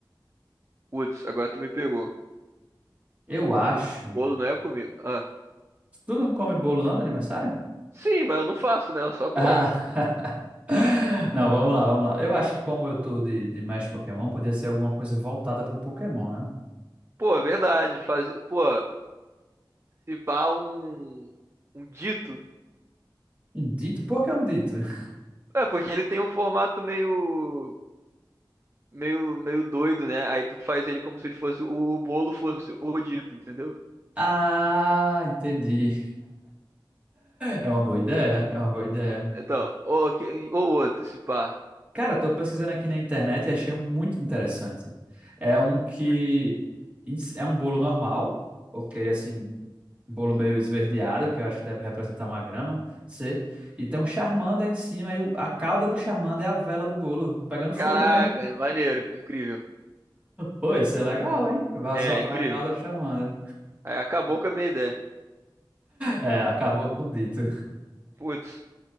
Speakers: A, on the right; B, on the right.
A: Putz, agora tu me pegou.
B: Eu
A: Pô,
B: acho.
A: com bolo não é comigo. Ah.
B: Tu não come bolo não do aniversário?
A: Sim, mas eu não faço, né? Eu só como.
B: Ah.
A: <laughs>
B: <laughs> Não, vamos lá, vamos lá. Eu acho que como eu tô de, de mestre Pokémon, podia ser alguma coisa voltada pro Pokémon, né?
A: Pô, é verdade. Fazer... Pô, se pá um... um dito.
B: Um dito? Por que um dito? <laughs>
A: É, porque ele tem um formato meio. Meio, meio doido, né? Aí tu faz ele como se ele fosse o, o bolo fosse o dito, entendeu?
B: Ah, entendi. É uma boa ideia, é uma boa ideia.
A: E- Então, ou, que- ou outro, se pá.
B: Cara, tô pesquisando aqui na internet e achei um muito interessante. É um que
A: Como é que-
B: ins- é um bolo normal, ok, assim, um bolo meio esverdeado, que eu acho que deve representar uma grama, sei. E tem um charmander em cima e o- a cauda do charmander é a vela do bolo, pegando fogo
A: Caraca,
B: mesmo.
A: é maneiro, incrível.
B: Pô, isso é legal, hein? Vai
A: É,
B: soprar
A: incrível.
B: a cauda do charmander.
A: Aí acabou com a minha ideia.
B: É, acabou com o dito.
A: Putz.